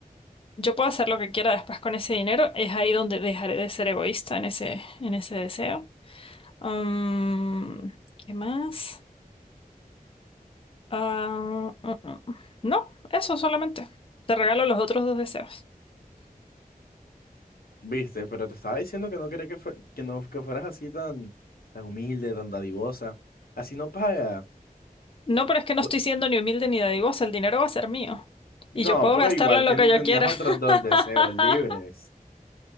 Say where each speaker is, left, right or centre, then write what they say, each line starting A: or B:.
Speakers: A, on the left; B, on the left.
A: Yo puedo hacer lo que quiera después con ese dinero. Es ahí donde dejaré de ser egoísta en ese, en ese deseo. Mm, ¿qué más? Ah, mm, mm. no, eso solamente. Te regalo los otros dos deseos.
B: Viste, pero te estaba diciendo que no quería que, fue- que no que fueras así tan, tan humilde, tan dadivosa. Así no paga.
A: No, pero es que no
B: Bu-
A: estoy siendo ni humilde ni dadivosa. El dinero va a ser mío.
B: No,
A: Y yo puedo
B: pero
A: gastarlo
B: igual
A: en
B: tien-
A: lo que yo
B: tenías
A: quiera.
B: otros
A: <laughs>
B: dos deseos libres.